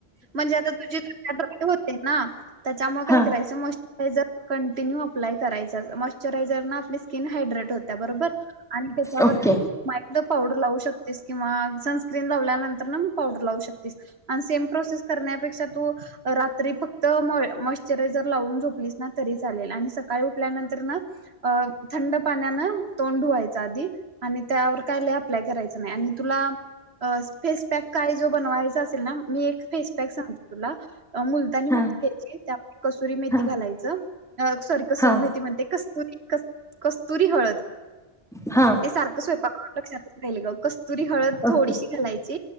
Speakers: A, on the right (about 80°); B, in the centre.
A: म्हणजे आता तुझी <unintelligible> ड्राय होते ना, त्याच्यामुळे काय
B: हा
A: करायच मॉइश्चरायझर कंटिन्यू अप्लाय करायच, मॉचरायझर न आपली स्की स्किन हायड्रेट होत्या बरोबर आणि त्याच्यावर
B: ओके
A: <unintelligible> पावडर लावू शक तेस की मग सनस्क्रीन लावल्यानंतर न मी पावडर लावू शक तीस आणि सेम प्रोसेस करण्यापेक्षा तू, अ रात्री फक्त मॉय मॉचरायझर लावून झोपलीस ना तरी चालेल आणि सकाळी उठल्यानंतर न अ थंड पाण्यान तोंड धुवायच आधी आणि त्यावर काय लई अप्लाय करायच नई आणि तुला फेस पॅक काय जो बनवाय चा असेल ना, मी एक फेसपॅक सांगते. तुला अ मुलतानी माती
B: हा
A: घ्यायची, त्या <unintelligible> कसुरी मेथी
B: हा
A: घालायचं, अ सॉरी कसुरी
B: हा
A: मेथी म्हणते कस तुरी कस कस्तुरी हळद
B: हा
A: ते सारक स्वयंपाक लक्षात राहील ग, कस्तुरी हळद
B: ओके
A: थोडीशी घालायची.